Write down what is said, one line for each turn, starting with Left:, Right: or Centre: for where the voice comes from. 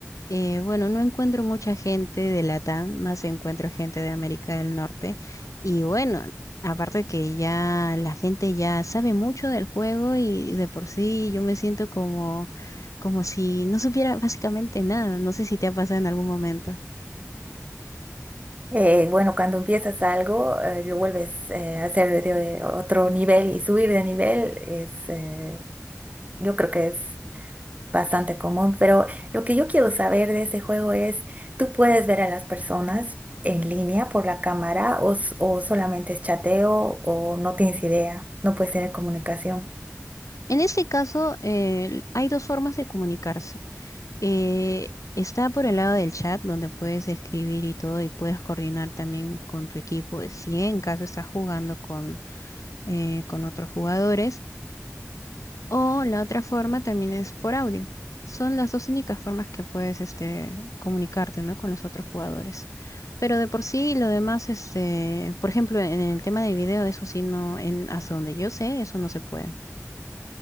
Left: Eh, bueno, no encuentro mucha gente de Latam, más encuentro gente de América del Norte. Y bueno, aparte que ya la gente ya sabe mucho del juego y de por sí yo me siento como, como si no supiera básicamente nada. No sé si te ha pasado en algún momento.
Right: Eh, bueno, cuando empiezas algo, eh, lo vuelves eh, a hacer de otro nivel y subir de nivel es, eh, yo creo que es bastante común, pero lo que yo quiero saber de ese juego es, ¿tú puedes ver a las personas en línea por la cámara o, s- o solamente es chateo o no tienes idea? No puedes tener comunicación.
Left: En este caso, eh, hay dos formas de comunicarse. Eh, está por el lado del chat, donde puedes escribir y todo, y puedes coordinar también con tu equipo. Si en caso estás jugando eh, con otros jugadores. O la otra forma también es por audio. Son las dos únicas formas que puedes este, comunicarte, ¿no? con los otros jugadores. Pero de por sí, lo demás, este, por ejemplo, en el tema de video, eso sí, no, en, hasta donde yo sé, eso no se puede.